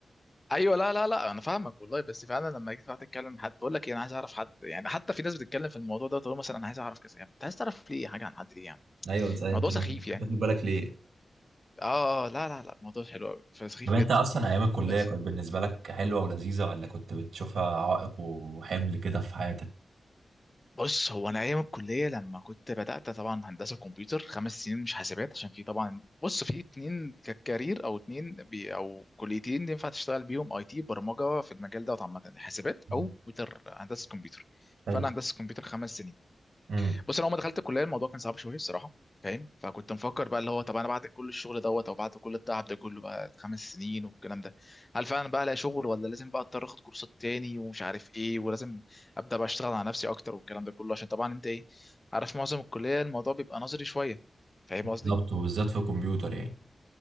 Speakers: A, on the left; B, on the right.
A: ايوه لا لا لا انا فاهمك والله بس فعلا لما جيت قعدت اتكلم مع حد بقول لك إيه، انا عايز اعرف حد يعني حتى في ناس بتتكلم في الموضوع ده تقول مثلا انا عايز اعرف كذا يعني انت عايز تعرف ليه حاجه عن حد ليه يعني
B: <laughs> ايوه بس انت
A: الموضوع
B: مش
A: سخيف يعني
B: واخد بالك ليه
A: اه آه، لا لا لا الموضوع حلو قوي فسخيف
B: طب انت
A: جدا
B: اصلا ايام الكليه
A: بس
B: كانت بالنسبه لك حلوه ولذيذه ولا كنت بتشوفها عائق وحمل كده في حياتك
A: بص هو انا ايام الكليه لما كنت بدات طبعا هندسه كمبيوتر خمس سنين مش حاسبات عشان في طبعا بص في اتنين كارير او اتنين بي او كليتين ينفع تشتغل بيهم اي تي برمجه في المجال ده عامه حاسبات
B: مم.
A: او كمبيوتر هندسه كمبيوتر
B: حلو
A: فانا هندسه كمبيوتر خمس سنين
B: امم
A: بص انا اول ما دخلت الكليه الموضوع كان صعب شويه الصراحه فاهم فكنت مفكر بقى اللي هو طب انا بعد كل الشغل دوت او بعد كل التعب ده كله بقى خمس سنين والكلام ده هل فعلا بقى الاقي شغل ولا لازم بقى اضطر اخد كورسات تاني ومش عارف ايه ولازم ابدا بقى اشتغل على نفسي اكتر والكلام ده كله عشان طبعا انت ايه عارف معظم الكليه الموضوع بيبقى نظري شويه فاهم قصدي
B: بالظبط وبالذات في الكمبيوتر يعني